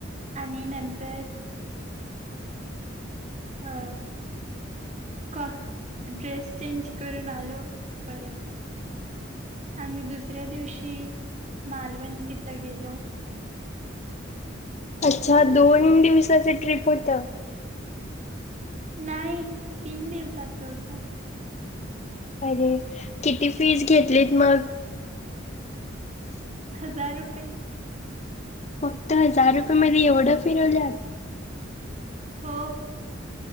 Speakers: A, on the right (about 35°); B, on the left (about 35°).
A: आणि नंतर हा. का, ड्रेस चेंज करून आलो परत आणि दुसऱ्या दिवशी मालवण तिथं गेलो.
B: अच्छा, दोन दिवसाचं ट्रिप होतं?
A: नाही, तीन दिवसाचं होतं
B: अरे... किती फीस घेतलीत मग?
A: हजार रुपये
B: फक्त हजार रुपये मध्ये एवढं फिरवलं?
A: हो